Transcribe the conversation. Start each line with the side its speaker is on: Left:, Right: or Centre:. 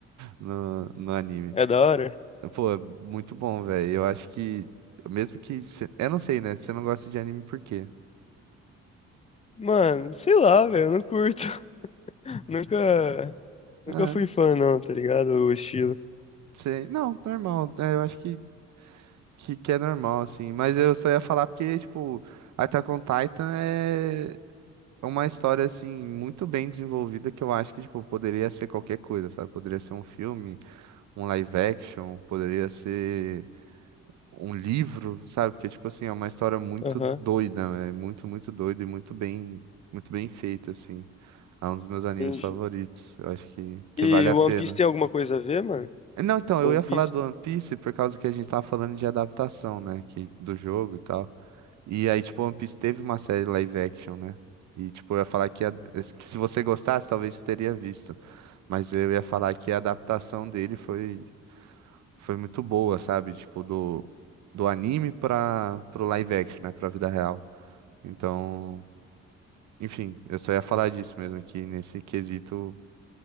Right: no, no anime.
Left: É da hora?
Right: Pô, é muito bom, velho. Eu acho que. Mesmo que. cê- Eu não sei, né? Você não gosta de anime por quê?
Left: Mano, sei lá, velho, eu não curto. <laughs> Nunca,
Right: Não.
Left: nunca fui fã, não, tá ligado? O estilo.
Right: Sei. Não, normal. É, eu acho que, que, que é normal, assim. Mas eu só ia falar porque, tipo, Attack on Titan é uma história, assim, muito bem desenvolvida que eu acho que, tipo, poderia ser qualquer coisa, sabe? Poderia ser um filme, um live action, poderia ser um livro, sabe? Porque, tipo, assim, é uma história muito
Left: Aham,
Right: doida, né? é muito, muito doida e muito bem, muito bem feita, assim. É um dos meus animes
Left: entendi.
Right: favoritos. Eu acho que, que vale
Left: E
Right: a
Left: o
Right: pena.
Left: One Piece tem alguma coisa a ver, mano?
Right: Não, então,
Left: One
Right: eu ia falar
Left: Piece?
Right: do One Piece por causa que a gente tava falando de adaptação, né? Que, do jogo e tal. E aí, tipo, One Piece teve uma série live action, né? E, tipo, eu ia falar que, a- que se você gostasse, talvez você teria visto. Mas eu ia falar que a adaptação dele foi, foi muito boa, sabe? Tipo, do, do anime pra, pro live action, né? Pra vida real. Então, enfim, eu só ia falar disso mesmo, que nesse quesito